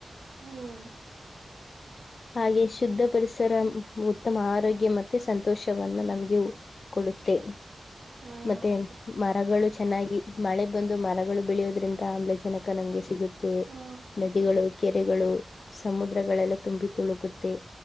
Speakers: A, on the right; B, on the left.
A: ಹ್ಮ್
B: ಹಾಗೆ ಶುದ್ಧ ಪರಿಸರ ಉತ್ತಮ ಆರೋಗ್ಯ ಮತ್ತೆ ಸಂತೋಷವನ್ನ ನಮ್ಗೆ ಕೊಡುತ್ತೆ
A: ಹಾ
B: ಮತ್ತೆ
A: ಹೌದು
B: ಮರಗಳು ಚೆನ್ನಾಗಿ. ಮಳೆ ಬಂದು ಮರಗಳು ಬೆಳಿಯೋದ್ರಿಂದ ಆಮ್ಲಜನಕ ನಮ್ಗೆ ಸಿಗುತ್ತೆ.
A: ಆ
B: ನದಿಗಳು ಕೆರೆಗಳು ಸಮುದ್ರಗಳೆಲ್ಲ ತುಂಬಿ ತುಳುಕುತ್ತೆ.